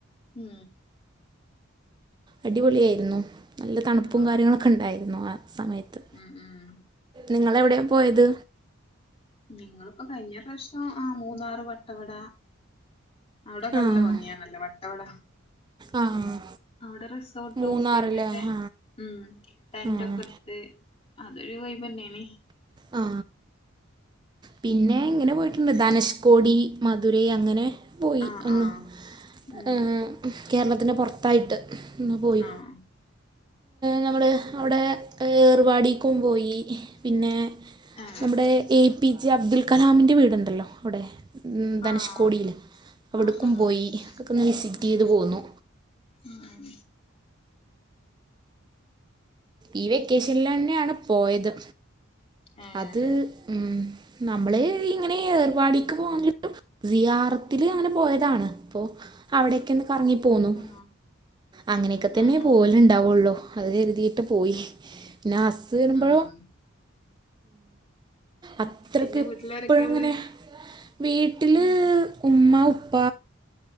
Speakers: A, on the left; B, on the right.
A: ഉം
B: അടിപൊളിയായിരുന്നു നല്ല തണുപ്പും
A: ആഹ്
B: കാര്യങ്ങളൊക്കെ ഉണ്ടായിരുന്നു ആ സമയത്ത്.
A: ഉം ഉം
B: നിങ്ങള് എവിടെയാ പോയത്
A: നിങ്ങള് ഇപ്പ കഴിഞ്ഞ പ്രാവശ്യം ആ മൂന്നാറ് വട്ടവട അവിടെ നല്ല
B: ആഹ്
A: ഭംഗിയാണല്ലോ വട്ടവട
B: ആഹ്
A: അവിടെ റിസോർട്ടും
B: മൂന്നാറില്ലേ
A: പിന്നിട്ടെ
B: ആഹ്
A: ഉം <unintelligible>
B: ആഹ്
A: എടുത്ത് അതൊരു വൈബ് തന്നെയണ
B: ആ പിന്നെ ഇങ്ങനെ പോയിട്ട പിന്ന് ധനുഷ്കോടി മധുരൈ അങ്ങനെ പോയി
A: ആഹ്
B: <unintelligible>
A: ആഹ് ഉം
B: കേരളത്തിന്റെ പുറത്തായിട്ട് ഇന്ന് പോയി
A: ആഹ്
B: നമ്മൾ അവിടെ ഏർുപാടക്കും പോയി പിന്നെ
A: ഏഹ്
B: നമ്മുടെ എ പി ജെ അബ്ദുൾ കലാമിന്റെ വീടുണ്ടല്ലോ അവിടെ ഉ
A: ആഹ്
B: ധനുഷ്കോടിയില് അവിടക്കും
A: ആഹ് ആഹ്
B: പോയി ഒതക്കെ വിസിറ്റ്
A: ഉം
B: ചെയ്ത് പോന്നു
A: ഉം
B: ഈ വെക്കേഷനിൽ തന്നെയാണ് പോയത്
A: ഏഹ്
B: അത് ഉം നമ്മള് ഇങ്ങനെ ഏർപാടിക്ക് പോിട്ടും സിിയാർത്തില് അങ്ങനെ പോയതാണ് അപ്പോൊ അവിടൊക്ക ഒന്ന് കറങ്ങി പോന്നുന്നു
A: ആഹ്
B: അങ്ങനെയൊക്കെ തന്നെ
A: ആഹ് ആഹ്
B: പോല ഉണ്ടാവുള്ളോ അത് കരുതിയിട്ട് പോയി പിന്നെ അരുമ്പോ
A: ഉം
B: അത്രക്ക്
A: പിന്നെ വീട്ടിലാരൊക്കെയുള്ളെ?
B: ഇപ്പോഴും ഇങ്ങനെ വീട്ടിൽ
A: ഉം
B: ഉമ്മ ഉപ്പ